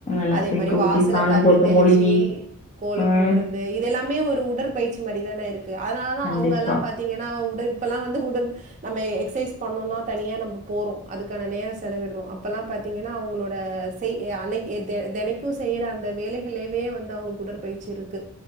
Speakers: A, on the left; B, on the right.
A: எல்லாத்தையு
B: அதே மாரி
A: கூட்டி
B: வாசல
A: சாணம்
B: தண்ணி
A: போட்டு
B: தெளிச்சி
A: மொழுகி
B: கோலம்
A: ம்
B: போடறது இதெல்லாமே ஒரு உடற்பயிற்சி மாரி தானே இருக்கு அதனால தா
A: கண்டிப்பா
B: அவுங்கலா பாத்திங்கனா உட இப்பெலா வந்து உடற் நம்பே எக்சைஸ் பண்ணோனா தனியா நம்ப போறோ அதுக்கான நேர செலவிடறோ அப்பெல்லா பாத்திங்கனா அவுங்ளோட செய் அன்னக்கி எது தே தெனைக்கு செய்யற அந்த வேலைகளயவே வந்து அவுங்களுக் உடற்பயிற்சி இருக்கு